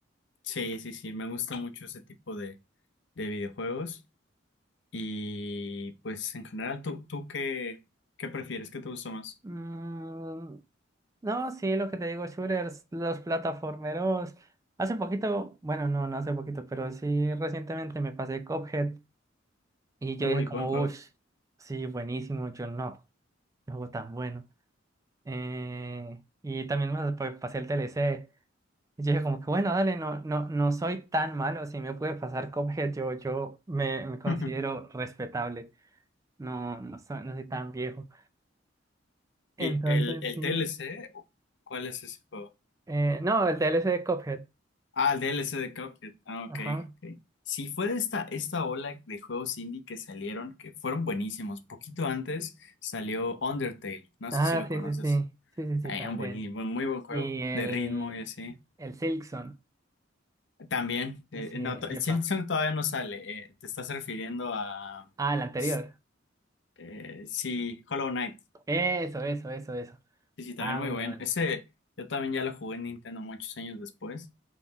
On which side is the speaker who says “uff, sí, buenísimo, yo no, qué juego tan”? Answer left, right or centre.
Right